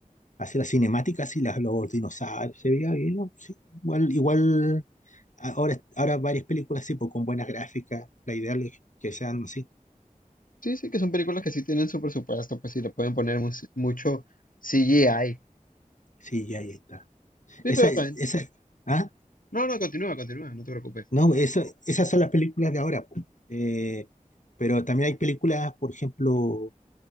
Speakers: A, on the left (about 65°); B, on the left (about 80°).
A: así las cinemáticas y las, los dinosaurios, se veía bien, ¿no? sí, igual, igual Ahora, ahora varias películas sí, pues con buenas gráficas, la ideal es que sean así.
B: Sí, sí, que son películas que sí tienen su presupuesto, pues sí le pueden poner mu- mucho CGI.
A: Sí, ya ahí está.
B: Sí,
A: Esa,
B: pero también.
A: esa, ah,
B: No, no, continúa, continúa, no te preocupes.
A: no, eso- esas son las películas de ahora, pues. Eh, pero también hay películas, por ejemplo,